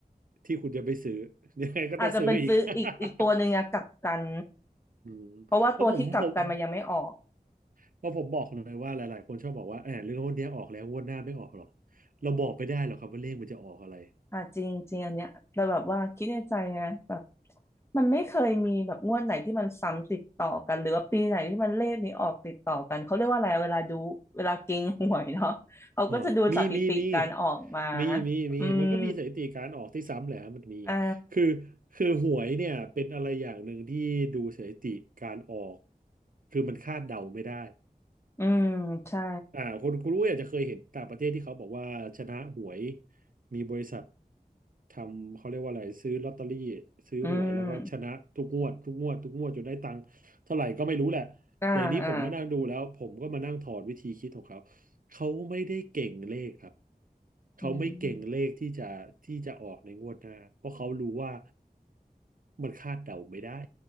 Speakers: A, on the right (about 65°); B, on the left (about 15°).
A: ที่คุณจะไปซื้อ <laughs> ยังไงก็ต้องซื้ออีก
B: อาจจะเป็นซื้ออีกอีกตัวหนึ่งอะกลับกัน
A: <laughs> อืมเพราะผมผม
B: เพราะว่าตัวที่กลับกันมันยังไม่ออก
A: เพราะผมบอกเลยว่าหลายๆคนชอบบอกว่าแหมเรื่องพวกเนี้ยออกแล้วงวดหน้าไม่ออกหรอกเราบอกไม่ได้หรอกครับว่าเลขมันจะออกอะไร
B: อ่าจริงจริงอันเนี้ยแต่แบบว่าคิดในใจไงแบบมันไม่เคยมีแบบงวดไหนที่มันซ้ำติดต่อกันหรือว่าปีไหนที่มันเลขนี้ออกติดต่อกันเขาเรียกว่าอะไรเวลาดูเวลาเก็งหวยเนาะเขาก็จะดูสถิติการออกมา
A: เอ่ามีมีมีมีมีมี
B: อืม
A: มันก็มีสถิติการออกที่ซ้ำแหละฮะมันมี
B: อ่า
A: คือคือหวยเนี่ยเป็นอะไรอย่างหนึ่งที่ดูสถิติการออก คือมันคาดเดาไม่ได้
B: อืมใช่
A: อ่าคนคุณอุ้ยอาจจะเคยเห็นต่างประเทศที่เขาบอกว่าชนะหวยมีบริษัททำเขาเรียกว่าอะไรซื้อลอตเตอรี่ซื้อหวยแล้วก็ชนะทุกงวดทุกงวดทุกงวดจนได้ตังค์เท่าไหร่ก็ไม่รู้แหละแต่อันนี้ผมมานั่งดูแล้วผมก็มานั่งถอดวิธีคิดของเขา
B: อืมอ่าอ่า
A: เขาไม่ได้เก่งเลขครับเขาไม่เก่งเลขที่จะที่จะออกในงวดหน้าเพราะเขารู้ว่า
B: อืม
A: มันคาดเดาไม่ได้